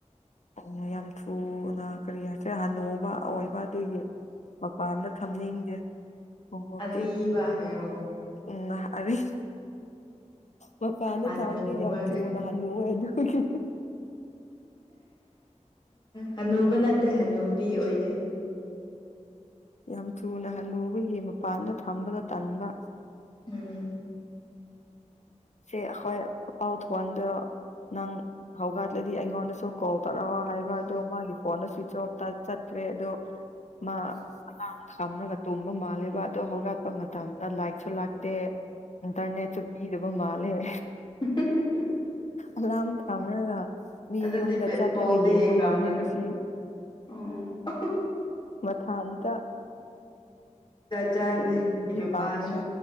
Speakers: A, on the left (about 65°); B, on the left (about 40°).
A: ꯑꯣ ꯌꯥꯝ ꯊꯨꯅ ꯀꯔꯤ ꯍꯥꯏꯁꯤꯔꯥ ꯍꯅꯨꯕ ꯑꯣꯏꯕ ꯑꯗꯨꯒꯤ ꯃꯄꯥꯟꯗ ꯊꯝꯅꯤꯡꯗ‌ꯦ ꯈꯨꯎꯞꯇꯤ
B: ꯑꯔꯤꯕ ꯍꯥꯏꯌꯣ
A: ꯎꯝ ꯑꯗꯨ <unintelligible> ꯃꯄꯥꯟꯗ
B: ꯍꯅꯨꯕ
A: ꯊꯝꯃꯗꯤ ꯌꯥꯝ ꯊꯨꯅꯥ ꯍꯥꯟꯅꯨꯋ‌ꯦ ꯑꯗꯨꯒꯤ
B: ꯍꯅꯨꯕ ꯅꯠꯇꯦ ꯍꯅꯨꯕꯤ ꯑꯣꯏ
A: ꯌꯥꯝ ꯊꯨꯅ ꯍꯟꯅꯨꯕꯒꯤ ꯃꯄꯥꯟꯗ ꯊꯝꯕꯗ ꯇꯟꯕ
B: ꯎꯝ
A: ꯁꯦ ꯑꯩꯈꯣꯏ ꯄꯥꯎ ꯊꯗ <unintelligible> ꯅꯪ ꯍꯧꯒꯠꯂꯗꯤ ꯑꯩꯉꯣꯟꯗꯁꯨ ꯀꯣꯜ ꯇꯧꯔꯛꯑꯣ ꯍꯥꯏꯕ ꯑꯗꯣ ꯃꯥꯒꯤ ꯐꯣꯟꯗ ꯁ꯭ꯋꯆ ꯑꯣꯐꯇ ꯆꯠꯈ꯭ꯔꯦ ꯑꯗꯣ ꯃꯥ ꯑꯉꯥꯡ ꯊꯝꯔꯒꯥ ꯇꯨꯝꯕ ꯃꯥꯜꯂꯦꯕ ꯑꯗꯨ ꯍꯧꯒꯠꯄ ꯃꯇꯝꯗ ꯂꯥꯏꯛꯁꯨ ꯂꯥꯛꯇꯦ ꯏꯟꯇꯔꯅꯦꯠꯁꯨ ꯄꯤꯗ ꯃꯥꯜꯂꯦ
B: ꯎ <unintelligible>
A: ꯑꯂꯥꯝ ꯊꯝꯔꯒ ꯃꯤ
B: ꯑꯗꯨꯗꯤ
A: ꯌꯨꯝꯗ
B: ꯕ‌ꯦꯠ
A: ꯆꯠꯂꯒ
B: ꯕꫭꯜꯗꯤ
A: ꯌꯦꯡꯕ
B: ꯌꯦꯉꯝꯒꯅꯤ
A: ꯃꯥꯜꯂꯦ ꯉꯁꯤ
B: ꯑꯣ
A: ꯃꯊꯟꯇ
B: ꯖꯥꯠ ꯖꯥꯠꯅꯤ ꯅꯪꯒꯤ ꯅꯨꯄꯁꯨ
A: ꯄꯥꯝꯕꯅꯦ